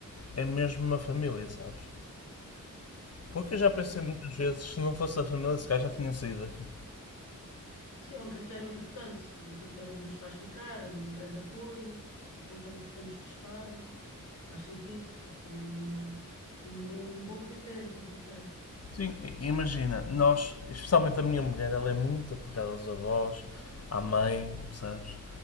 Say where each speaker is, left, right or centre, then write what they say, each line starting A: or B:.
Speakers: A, on the left (about 50°); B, on the left (about 65°).
A: é mesmo uma família, sabes? Porque eu
B: Sim,
A: já pensei muitas vezes, se não fosse a família, esse gajo já tinha saído daqui.
B: sim, é um critério importante, é um critério que nos faz ficar, é um grande apoio, é com quem gostamos de estar, faz sentido, é também uma, um bom, um bom critério para ficar.
A: Sim, imagina, nós, especialmente a minha mulher, ela é muito apegada aos avós, à mãe, percebes?